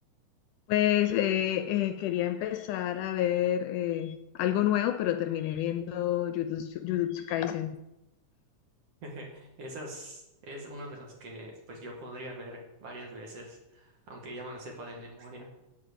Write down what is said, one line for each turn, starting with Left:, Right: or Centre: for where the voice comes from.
Left: Pues eh, eh, quería empezar a ver eh, algo nuevo, pero terminé viendo Jujutsu, Jujutsu Kaisen.
Right: <laughs> Esas es uno de los que pues yo podría ver varias veces, aunque ya me lo sepa de memoria.